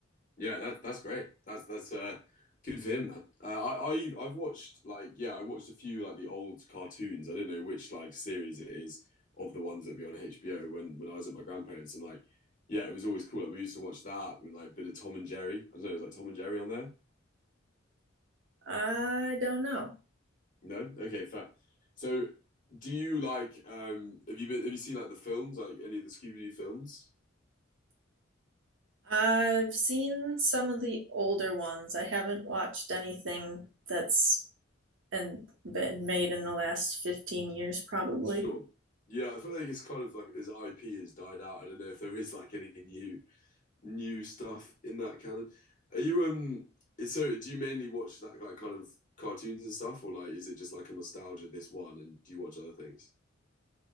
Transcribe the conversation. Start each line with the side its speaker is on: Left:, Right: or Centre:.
Left: Yeah, that that's great. That's that's uh good for him, man. Uh, I, I I've watched like yeah, I watched a few like the old cartoons. I don't know which like series it is of the ones that be on HBO when when I was at my grandparents and like yeah, it was always cool. Like, we used to watch that with like a bit of Tom and Jerry. I don't know, it was like Tom and Jerry on there.
Right: I don't know.
Left: No? Okay, fair. So do you like um have you been have you seen like the films, like any of the Scooby-Doo films?
Right: I've seen some of the older ones. I haven't watched anything that's and been made in the last 15 years probably.
Left: Sure. Yeah, I feel like it's kind of like his IP has died out. I don't know if there is like any new new stuff in that canon. Are you um is- so do you mainly watch that like kind of cartoons and stuff or like is it just like a nostalgia this one and do you watch other things?